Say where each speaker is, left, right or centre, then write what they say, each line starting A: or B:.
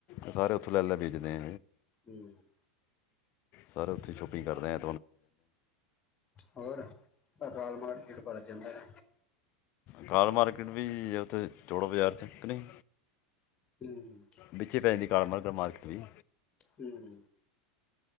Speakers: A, on the left (about 40°); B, on the left (about 25°).
A: ਸ ਸਾਰੇ ਉੱਥੋਂ ਲੈ ਲੈੇ ਜਿਦੇ
B: ਹੂੰ।
A: ਸਾਰੇ ਉੱਥੇ ਸ਼ੋਪਿੰਗ ਕਰਦੇ ਏ
B: ਹੋਰ ਅਕਾਲ ਮਾੜ ੜ ਬੜ ਜਾਂ ਜਾਂਦਾ
A: ਕਾਲ ਮਾਰਕਿਟ ਵੀ ਉੱਥੇ ਚੋੜਾਂ ਬਾਜ਼ਾਰ ਚ ਕ ਨਹੀਂ
B: ਹੂੰ
A: ਬੱਚੇ ਪੈਂ ਜਾਂਦੀ ਕਾਲਾ ਮਰ ਪਰਮਾਰਥ ਵੀ
B: ਹਮ